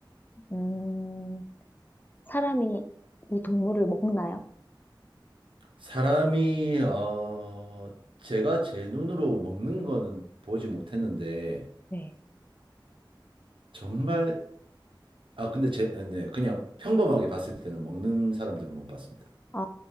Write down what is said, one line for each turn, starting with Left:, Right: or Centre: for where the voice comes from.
Left: 음, 사람이 이 동물을 먹나요?
Right: 사람이, 어, 제가 제 눈으로 먹는 거는 보지 못했는데,
Left: 네.
Right: 정말 아, 근데 제, 아, 네, 그냥 평범하게 봤을 때는 먹는 사람들은 못 봤습니다.
Left: 아,